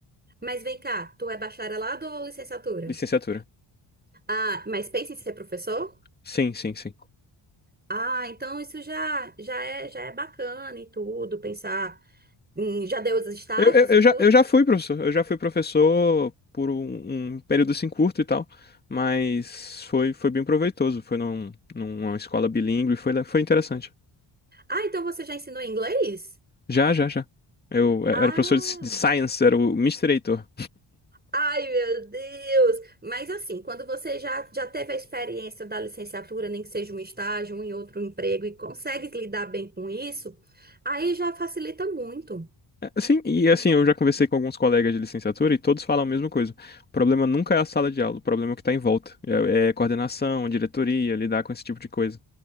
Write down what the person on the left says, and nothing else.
Licenciatura.
Sim, sim, sim.
Eu, eu, eu
já, eu já fui professor. Eu já fui professor por um, um período assim curto e tal. Mas foi, foi bem proveitoso. Foi num, numa escola bilíngue, foi, le- foi interessante.
Já, já, já. Eu era
professor de, de Science, era o Mister Heitor.
sim e assim, eu já conversei com alguns colegas de licenciatura e todos falam a mesma coisa. O problema nunca é a sala de aula, o problema é o que está em volta. É, é coordenação, diretoria, lidar com esse tipo de coisa.